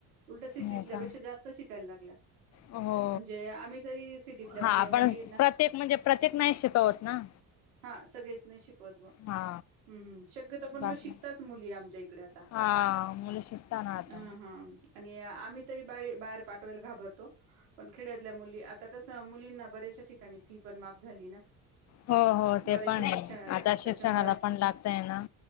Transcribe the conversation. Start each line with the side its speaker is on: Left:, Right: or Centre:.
Right: उलट सीटीतल्या
Left: हो का
Right: पेक्षा जास्त शिकायला लागल्या.
Left: हो.
Right: म्हणजे आम्ही तरी सिटीतल्या
Left: हा
Right: मु
Left: पण,
Right: मुलींना
Left: प्रत्येक म्हणजे प्रत्येक नाही शिकवत ना.
Right: हा, सगळेच नाही शिकवत बा.
Left: हा
Right: हम्म हम्म, शक्यतो पण
Left: बाकी
Right: मग शिकताच मुली आमच्या इकडे आता.
Left: हा मुलं शिकता ना आता
Right: ह हम्म. आणि आम्ही तरी बा, बाहेर पाठवायला घाबरतो. पण खेड्यातल्या मुली, आता कस मुलींना बऱ्याच ठिकाणी फी पण माफ झालीय ना.
Left: हो हो ते
Right: बऱ्याचशा
Left: पणे.
Right: शिक्षणाला
Left: आता
Right: त्याच्यामुळे
Left: शिक्षणाला पण लागतय ना.